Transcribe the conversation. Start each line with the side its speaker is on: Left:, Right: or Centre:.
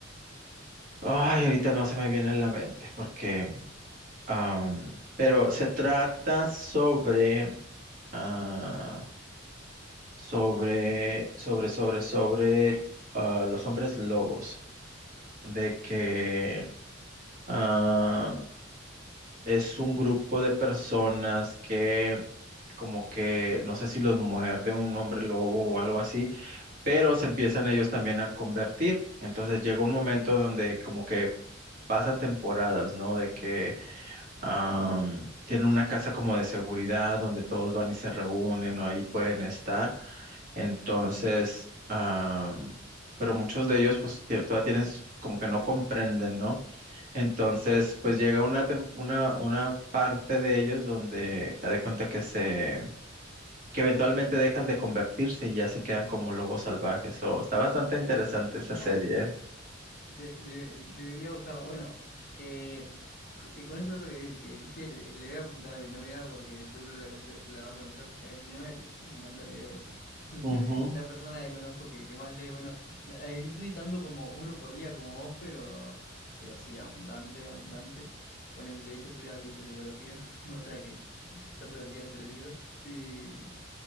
Right: Ay, ahorita no se me viene a la mente porque... am, pero se trata sobre... ah, sobre, sobre, sobre, sobre ah, los hombres lobos, de que ah, es un grupo de personas que como que no sé si los muerde un hombre lobo o algo así, pero se empiezan ellos también a convertir. Entonces llega un momento donde como que pasan temporadas, ¿no? De que am, tienen una casa como de seguridad donde todos van y se reúnen o ahí pueden estar. Entonces, am, pero muchos de ellos pues tie- todavía tienen s- como que no comprenden, ¿no? Entonces,
Left: claro.
Right: pues llega una, tem- una, una parte de ellos donde haz de cuenta que se, que eventualmente dejan de convertirse y ya se quedan como lobos salvajes. O está bastante interesante esa
Left: <laughs>
Right: serie.
Left: De- de- debería buscarla. Bueno, eh, co- eh, con ese dato que, que dijiste, le, le voy a preguntar a mi novia porque seguro la, conoce- la va a conocer. Eh, mi novia le, le encanta leer, o sea, <laughs>
Right: Ujú.
Left: la persona que conozco que, que más lee. Bueno, eh, no sé si tanto como uno por día como vos, pero, pero sí, abundante, abundante. Bueno, de hecho estudia bibliotecología, <laughs> o sea que está todo el día entre libros y,